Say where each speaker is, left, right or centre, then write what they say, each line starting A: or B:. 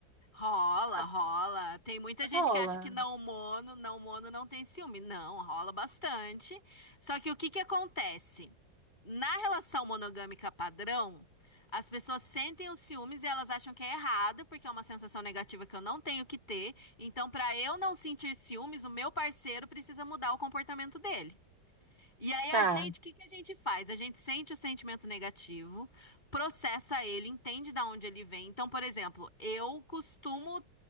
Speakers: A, on the left; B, on the right.
A: Rola,
B: Ah,
A: rola. Tem muita gente
B: rola.
A: que acha que não mono, não mono não tem ciúme. Não, rola bastante. Só que o que que acontece? Na relação monogâmica padrão, as pessoas sentem os ciúmes e elas acham que é errado, porque é uma sensação negativa que eu não tenho que ter. Então, para eu não sentir ciúmes, o meu parceiro precisa mudar o comportamento dele. E aí
B: Tá,
A: a gente, o que que a gente faz? A gente sente o sentimento negativo, processa ele, entende de onde ele vem. Então, por exemplo, eu costumo